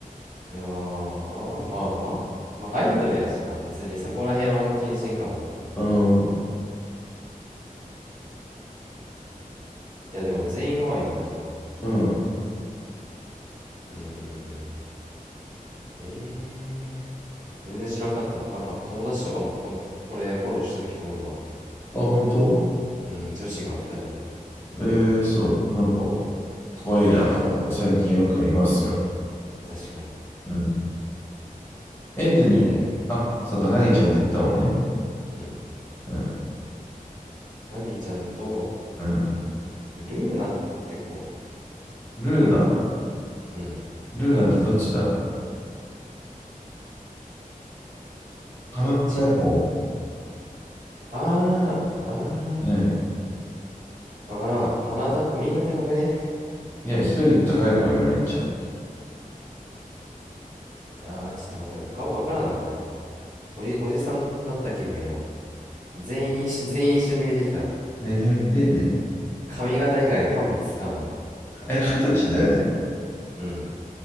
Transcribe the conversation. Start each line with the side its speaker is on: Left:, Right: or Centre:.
Right: いやー、まあ、まあアイドルやしな、別にそこら辺はあんま気にしんかも、も
Left: うん、
Right: う。いや、でも全員可愛いな、マジで。
Left: うん。
Right: うんうんうん。えー、全然知らんかった。なんか、友達とかもこ、これフォローしてる人おるわ。
Left: あ、本当
Right: うん、女子が2人。うん、
Left: えー、そう、なんか、可愛いなと思って、最近よく見ますよ。
Right: 確かに。
Left: うん。え、で、
Right: いいね。
Left: あ、そうか、なぎちゃんって言ったもんね。
Right: うん。
Left: うん、
Right: なぎちゃんと、
Left: うん。
Right: ルーナって子
Left: ルーナ。
Right: うん。
Left: ルーナってどっちだ鼻高い方
Right: どっちあー、
Left: いない。
Right: あー、わからん。鼻高、みんな高くね
Left: いや、一人高い子いる、めっちゃ。
Right: あー、ちょっと待って、俺顔わからんな、これ。おじ、おじさんになった気分やわ。全員一緒全員一緒に見えてきたわ
Left: 何を言ってんねん。
Right: 髪型以外は判別つかんもん
Left: え、二十歳だよね。
Right: うん